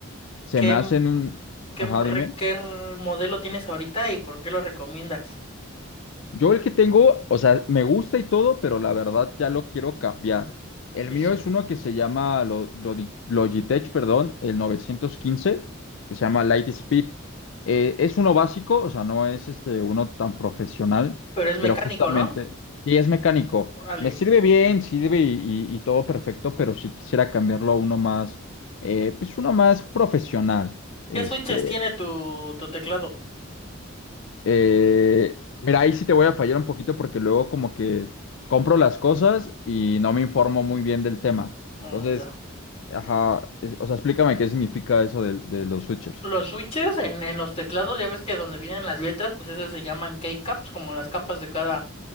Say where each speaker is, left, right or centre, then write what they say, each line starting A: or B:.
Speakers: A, on the left (about 65°); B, on the left (about 30°).
A: se
B: ¿Qué?
A: me hacen un,
B: ¿Qué,
A: ajá,
B: re-
A: dime.
B: qué r- modelo tienes ahorita y por qué lo recomiendas?
A: Yo el que tengo, o sea, me gusta y todo, pero la verdad ya lo quiero cambiar. El
B: Sí,
A: mío
B: sí.
A: es uno que se llama Lo- Lo- Logitech, perdón, el 915, que se
B: Ah,
A: llama Lightspeed. Eh, es uno básico, o sea, no es este uno tan profesional,
B: pero es mecánico,
A: pero justamente,
B: ¿no?
A: y es mecánico.
B: Órale.
A: Me sirve bien, sirve y, y- y todo perfecto, pero si quisiera cambiarlo a uno más, eh, pues uno más profesional. este.
B: ¿Qué switches tiene tu, tu teclado?
A: Eh, mira, ahí sí te voy a fallar un poquito porque luego como que compro las cosas y no me informo muy bien del tema.
B: Mm,
A: Entonces,
B: ya.
A: ajá, es- o sea, explícame qué significa eso de, de los switchers.
B: Los switches en, en los teclados, ya ves que donde vienen las letras, pues esas se llaman keycaps, como las capas de cada,